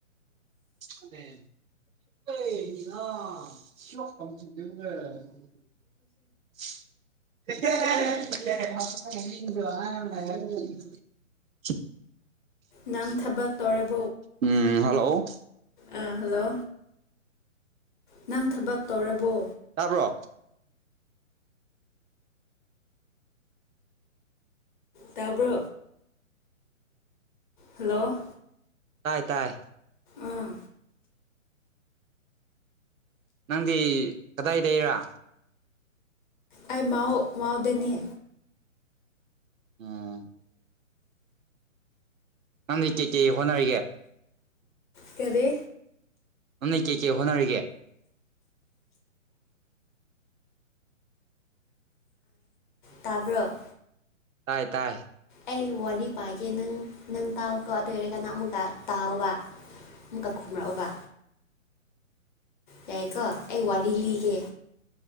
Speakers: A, on the right; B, on the left.
A: ꯀ ꯊ ꯎꯝ ꯊꯦ ꯋꯥ
B: ꯅꯪ ꯊꯕꯛ ꯇꯧꯔꯕ
A: ꯎꯝ ꯍꯜꯂꯣ
B: ꯑꯥ ꯍꯜꯂꯣ ꯅꯪ ꯊꯕꯛ ꯇꯧꯔꯕꯣ
A: ꯇꯥꯕ꯭ꯔꯣ
B: ꯇꯕꯣ ꯍꯜꯂꯣ
A: ꯇꯥꯏ ꯇꯥꯏ
B: ꯑꯥ
A: ꯅꯪꯗꯤ ꯀꯗꯥꯏꯗꯒꯤꯔꯥ
B: ꯑꯩ ꯃꯎ ꯃꯎꯗꯅꯤ
A: ꯑꯝ ꯅꯪ ꯂꯤ ꯀꯦ ꯀꯦ ꯍꯣꯅꯔꯒ
B: ꯀꯔꯤ
A: ꯅꯅꯩ ꯀꯦ ꯀꯦ ꯍꯣꯅꯔꯒ
B: ꯇꯥꯔꯕ
A: ꯇꯥꯏ ꯇꯥꯏ
B: ꯑꯩ ꯋꯥꯔꯤ ꯄꯥꯏꯒꯦ ꯅꯪ ꯅꯪ ꯇꯥꯎꯀꯣ ꯑꯗꯨ ꯑꯣꯏꯔꯒ ꯀꯅꯥꯃꯨꯀ ꯇꯥꯎꯑꯣꯕ ꯑꯃꯨꯛꯀꯛꯈꯨꯝꯔꯛꯑꯕ ꯌꯥꯏꯀꯣ ꯑꯩ ꯋꯥꯔꯤ ꯂꯤꯒꯦ